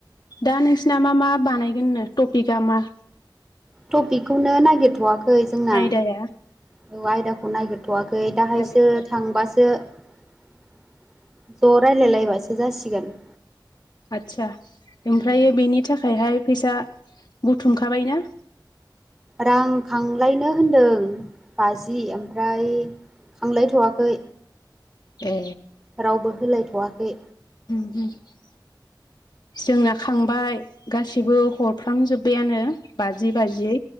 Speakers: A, on the left; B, on the right.
A: दा नोंसिना मा मा बानायगोननो टपिकआ मा?
B: टपिकखौनो नागिरथ'वाखै जोंना
A: आयदाया
B: औ आयदाखौ नागिरथ' वाखै दाहायसो
A: नागिरथ'वाखै
B: थांबासो ज' रायलायलायबासो जासिगोन।
A: आदसा ओमफ्रायो
B: उम
A: बेनि थाखायहाय फैसा बुथुमखाबायना?
B: रां खांलायनो होनदों बाजि ओमफ्राय खांलायथ'वाखै
A: ए।
B: रावबो होलायथ'वाखै।
A: उ <unintelligible> जोंना खांबाय गासिबो हरफ्रामजोब्बायानो । बाजि बाजियै